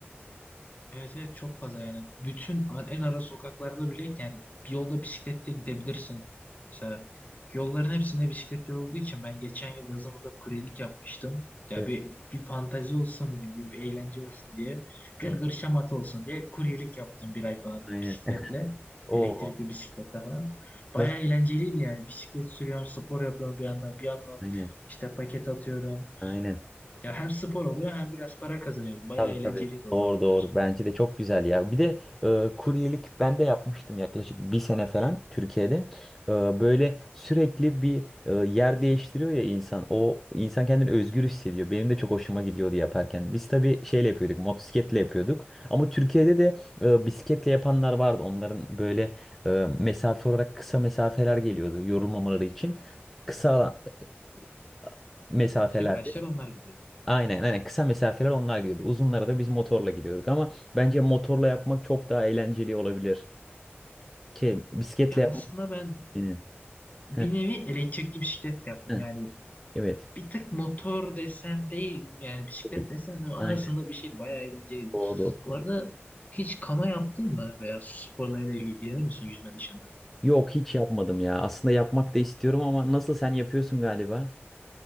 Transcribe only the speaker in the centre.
Evet,
evet,
aynen.
<laughs> O
nasıl?
Aynen.
Aynen.
Tabii
tabii.
Doğru
doğru. Bence de çok güzel ya. Bir de e, kuryelik ben de yapmıştım yaklaşık bir sene falan Türkiye'de. E, böyle sürekli bir e, yer değiştiriyor ya insan. O insan kendini özgür hissediyor. Benim de çok hoşuma gidiyordu yaparken. Biz tabii şeyle yapıyorduk, motosikletle yapıyorduk. Ama Türkiye'de de e, bisikletle yapanlar vardı. Onların böyle e, mesafe olarak kısa mesafeler geliyordu yorulmamaları için. Kısa e, mesafelerde
Aynen aynen kısa mesafeler onlar gidiyordu. Uzunlara da biz motorla gidiyorduk ama bence motorla yapmak çok daha eğlenceli olabilir. Şey, bisikletle
yapmak
benim.
Heh,
heh,
evet.
Öyle.
Aynen
doğru.
Yok hiç yapmadım ya. Aslında yapmak da istiyorum ama nasıl sen yapıyorsun galiba?